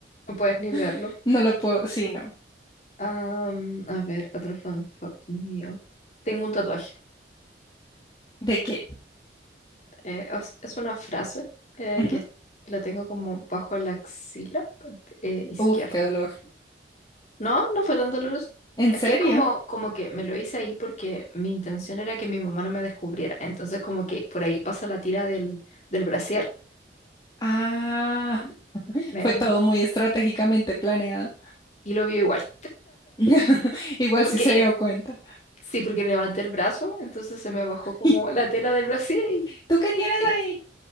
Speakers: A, on the left; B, on the left.
A: No puedes ni verlo.
B: <laughs> No lo puedo, sí, no.
A: Am, a ver, otro fun fact mío. Tengo un tatuaje.
B: ¿De qué?
A: Eh, es, es una frase eh,
B: Ujú.
A: que es- la tengo como bajo la axila eh, izquierda.
B: Uf, qué dolor.
A: No, no fue tan doloroso.
B: ¿En
A: Es
B: serio?
A: que es como, como que me lo hice ahí porque mi intención era que mi mamá no me descubriera. Entonces como que por ahí pasa la tira del, del brasier
B: Ah,
A: me-
B: fue todo
A: me-
B: muy estratégicamente planeado.
A: y lo vio igual.
B: <laughs> Igual
A: Porque
B: sí se dio cuenta.
A: Sí, porque levanté el brazo, entonces se me bajó como
B: <laughs>
A: la tela del brasier y...
B: ¿Tú qué tienes
A: y-
B: ahí?